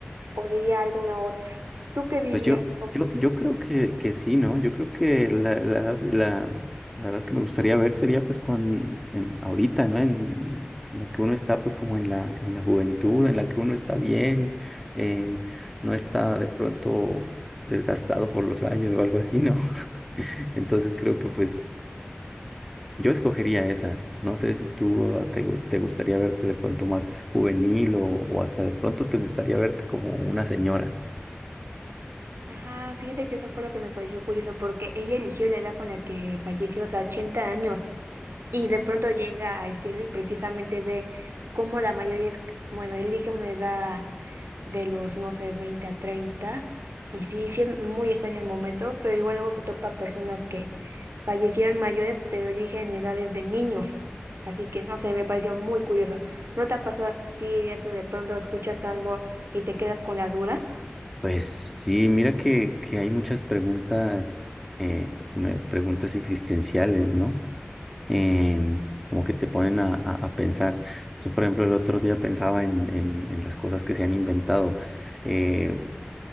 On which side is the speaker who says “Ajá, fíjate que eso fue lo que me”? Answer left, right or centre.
Right